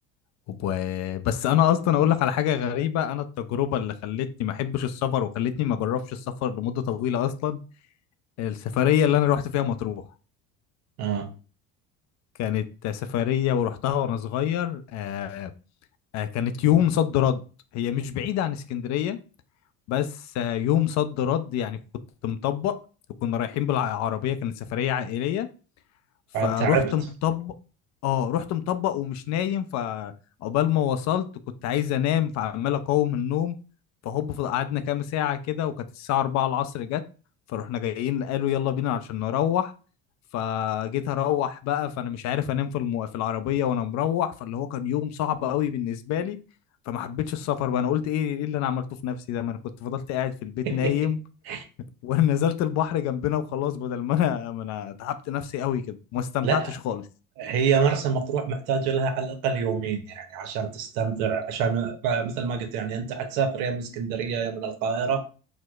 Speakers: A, on the left; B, on the right.
A: وب- بس انا اصلا اقول لك على حاجه غريبه انا التجربه اللي خلتني ما احبش السفر وخلتني ما اجربش السفر لمده طويله اصلا السفريه اللي انا رحت فيها مطروح
B: آه
A: كانت سفريه ورحتها وانا صغير آه آه كانت يوم صد رد هي مش بعيده عن اسكندريه بس آه يوم صد رد يعني كنت مطبق وكنا رايحين بالعربيه كانت سفريه عائليه فروحت
B: تعبت
A: مطبق اه رحت مطبق ومش نايم فعقبال ما وصلت كنت عايز انام فعمال اقاوم النوم فهوب فض- قعدنا كام ساعة كده وكانت الساعة 4 العصر جت فروحنا جايين قالوا يلا بينا عشان نروح فجيت اروح بقى فانا مش عارف انام في المو... في العربية وانا مروح فاللي هو كان يوم صعب قوي بالنسبة لي فما حبيتش السفر بقى انا قلت ايه ايه اللي انا عملته في نفسي ده ما انا كنت فضلت قاعد في البيت
B: <laughs>
A: نايم ونزلت البحر جنبنا وخلاص بدل ما انا ما انا تعبت نفسي قوي كده وما استمتعتش
B: لا
A: خالص
B: هي مرسى مطروح محتاجة لها على الأقل يومين يعني عشان تستمتع عشان ب- مثل ما قلت يعني أنت حتسافر يا من اسكندرية يا من القاهرة